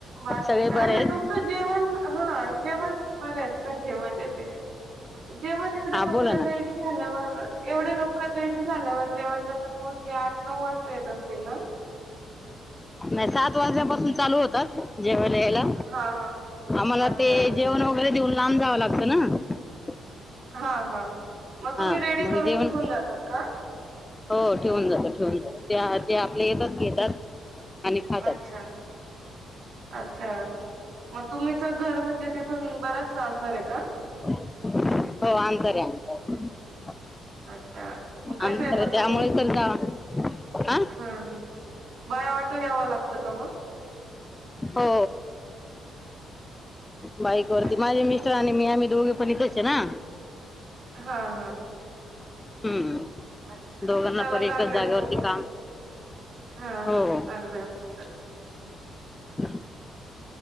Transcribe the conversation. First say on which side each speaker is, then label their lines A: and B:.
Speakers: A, on the right; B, on the left.
A: बाकी
B: सगळे
A: काय
B: बरे
A: नाही
B: आहेत
A: तुमचं जेवण? हा जेवण बरे येत सगळे मजेत ये. जेवण एवढं
B: हा
A: लवकर
B: बोला ना
A: रेडी झाल्यावर एवढ, लवकर रेडी झाल्यावर जेवण आ मोस् हे आठ नऊ वाजता येत असतील ना?
B: नाही सात वाज्यापासून चालू होतात. जेवण याला
A: हा हा
B: आम्हाला
A: अच्छा
B: ते जेवण वगैरे देऊन. लांब जावं लागत ना
A: हा हा मग तुम्ही
B: हा
A: रेडी
B: म्हग
A: करून
B: जेवण
A: निघून जातात का?
B: हो ठेवून जात ठेवून जात ते ते आपल्या येतात घेतात. आणि खातात.
A: अच्छा अच्छा मग तुम्हीच घर म्हणजे तिथून बराच अंतर का?
B: हो अंतर आहे अंतर
A: अच्छा मग कसे
B: अंतर
A: येतात
B: आहे त्यामुळे
A: तुम्ही?
B: तर जा हा
A: हम ह बाय ऑटो यावा लागतं का मग
B: हो. बाईक वरती
A: अच्छा
B: माझे मिस्टर आणि मी आम्ही दोघे पण इथच आहे ना.
A: हा हा
B: हम्म
A: अच्छा
B: दोघांना
A: चला
B: पण
A: चांगलंच
B: एकाच जागेवरती
A: सोबत
B: काम
A: आहे. हा हा
B: हो हो
A: चांगलं आहे.
B: <inaudible>